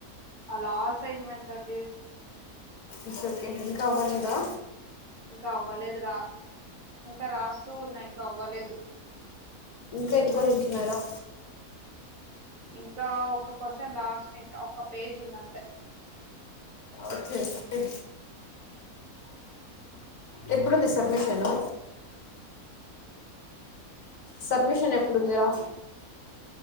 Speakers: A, on the right; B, on the left.
A: అలా అసైన్మెంట్ అండి
B: ఇట్స్ ఓకే ఇంకా అవ్వలేదా
A: హ్మ్ ఇంకా అవ్వలేదురా ఇంకా రాస్తూ ఉన్నా ఇంకా అవ్వలేదు
B: ఇంకా
A: ఉమ్
B: ఎన్ని క్వశ్చన్స్ ఉన్నాయిరా
A: ఇంకా ఒక క్యూషన్ లాస్ట్ ఇంకా ఒక్క పేజ్ ఉందింతే
B: ఒకే ఒకే ఎప్పుడుంది సబ్మిషను సబ్మిషన్ ఎప్పుడుందిరా